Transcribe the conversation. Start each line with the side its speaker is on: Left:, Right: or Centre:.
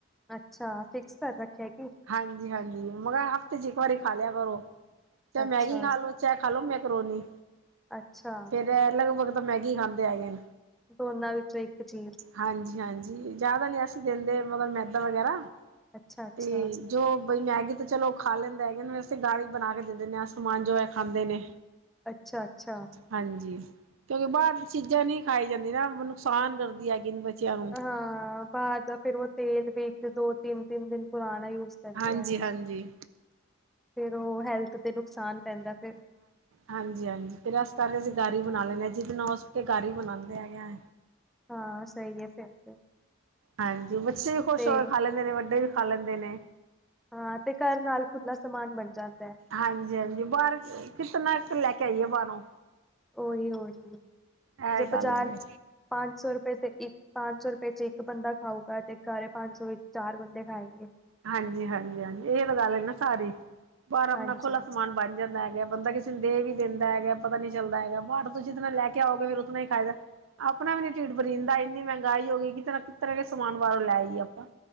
Centre: ਅੱਛਾ, ਫਿਕਸ ਕਰ ਰੱਖਿਆ ਕੀ।
Right: ਹਾਂਜੀ-ਹਾਂਜੀ, ਮਗਰ ਹਫ਼ਤੇ ਚ ਇੱਕ ਵਾਰੀ ਖਾ ਲਿਆ ਕਰੋ, ਚਾਹੇ
Centre: ਅੱਛਾ,
Right: ਮੈਗੀ ਖਾ ਲੋ ਚਾਹੇ ਖਾ ਲੋ ਮੈਕਰੋਨੀ।
Centre: ਅੱਛਾ।
Right: ਖੈਰ ਲਗਭਗ ਤਾਂ ਮੈਗੀ ਖਾਂਦੇ ਹੈਗੇ ਨੇ।
Centre: ਦੋਨਾਂ ਵਿੱਚੋਂ ਇੱਕ ਚੀਜ਼।
Right: ਹਾਂਜੀ-ਹਾਂਜੀ, ਜ਼ਿਆਦਾ ਨੀ ਅਸੀਂ ਦਿੰਦੇ ਮਤਲਬ ਮੈਦਾ ਵਗੈਰਾ,
Centre: ਅੱਛਾ, ਅੱਛਾ,
Right: ਤੇ ਜੋ ਬਈ ਮੈਗੀ ਤਾਂ ਚਲੋਂ ਖਾ ਲੈਂਦੇ ਹੈਗੇ ਨੇ, ਵੈਸੇ ਘਰ ਹੀ ਬਣਾ ਕੇ ਦੇ ਦਿੰਦੇ ਐ ਆ ਸਮਾਨ, ਜੋ ਐਹ ਖਾਂਦੇ ਨੇ।
Centre: ਅੱਛਾ, ਅੱਛਾ।
Right: ਹਾਂਜੀ, ਕਿਉਂਕਿ ਬਾਹਰ ਦੀ ਚੀਜ਼ਾਂ ਨਈ ਖਾਈ ਜਾਂਦੀ ਨਾ, ਨੁਕਸਾਨ ਕਰਦੀ ਹੈਗੀ ਨੇ ਬੱਚਿਆਂ ਨੂੰ।
Centre: ਹਾਂ, ਬਾਹਰ ਦਾ ਫੇਰ ਉਹ ਤੇਲ ਵੀ ਇਕ, ਦੋ ਤਿੰਨ-ਤਿੰਨ ਦਿਨ ਪੁਰਾਣਾ ਯੂਜ ਕਰਦੇ
Right: ਹਾਂਜੀ-ਹਾਂਜੀ
Centre: ਐ, ਫੇਰ ਉਹ ਹੈਲਥ ਤੇ ਨੁਕਸਾਨ ਪੈਂਦਾ ਫੇਰ।
Right: ਹਾਂਜੀ-ਹਾਂਜੀ, ਫਿਰ ਇਸ ਕਰਕੇ ਅਸੀਂ ਗਰ ਈ ਬਣਾ ਲੈਂਦੇ ਆਂ ਜਿਤਨਾ ਹੋ ਕੇ ਸਕੇ ਗਰ ਈ ਬਣਾਂਦੇ ਹੈਗੇ ਆਂ।
Centre: ਹਾਂ ਸਹੀ ਹੈ ਫਿਰ ਤੇ
Right: ਹਾਂਜੀ ਬੱਚੇ ਵੀ ਖੁਸ਼
Centre: ਤੇ
Right: ਹੋ ਕੇ ਖਾ ਲੈਂਦੇ ਨੇ, ਵੱਡੇ ਵੀ ਖਾ ਲੈਂਦੇ ਨੇ।
Centre: ਹਾਂ, ਤੇ ਘਰ ਨਾਲ ਖੁੱਲਾ ਸਮਾਨ ਬਣ ਜਾਂਦਾ। ਹੈ
Right: ਹਾਂਜੀ-ਹਾਂਜੀ, ਬਾਹਰ ਕਿਤਨਾ ਕ ਲੈ ਕੇ ਆਈਏ ਬਾਹਰੋਂ।
Centre: ਓਹੀ-ਓਹੀ
Right: ਇਹ
Centre: ਜੇ
Right: ਗੱਲ
Centre: ਬਾਜ਼ਾਰ
Right: ਏ
Centre: ਪੰਜ ਸੌ ਰੁਪਏ ਤੇ ਇੱਕ ਪੰਜ ਸੌ ਰੁਪਏ ਚ ਇੱਕ ਬੰਦਾ ਖਾਊਗਾ, ਤੇ ਘਰੇ ਪੰਜ ਸੌ ਵਿੱਚ ਚਾਰ ਬੰਦੇ ਖਾਏਗੇਂ।
Right: ਹਾਂਜੀ-ਹਾਂਜੀ-ਹਾਂਜੀ ਇਹ ਵਾਲੀ ਗੱਲ ਏ ਨਾ ਸਾਰੀ, ਬਾਹਰ ਆਪਣਾ
Centre: ਹਾਂਜੀ
Right: ਖੁੱਲਾ ਸਮਾਨ ਬਣ ਜਾਂਦਾ ਹੈਗਾ, ਬੰਦਾ ਕਿਸੇ ਨੂੰ ਦੇ ਵੀ ਦਿੰਦਾ ਹੈਗਾ ਪਤਾ ਨੀ ਚੱਲਦਾ ਹੈਗਾ, ਬਾਹਰੋਂ ਤੁਸੀਂ ਜਿਤਨਾ ਲੈ ਕੇ ਆਓਗੇ ਫਿਰ ਉਤਨਾ ਹੀ ਖਾਈਦਾ। ਆਪਣਾ ਵੀ ਨੀ ਢੀਡ ਭਰੀਂਦਾ, ਇੰਨੀ ਮਹਿੰਗਾਈ ਹੋ ਗਈ ਕਿ ਕਿਤਰ੍ਹਾਂ-ਕਿਤਰ੍ਹਾਂ ਸਮਾਨ ਬਾਹਰੋਂ ਲੈ ਆਈਏ ਆਪਾਂ।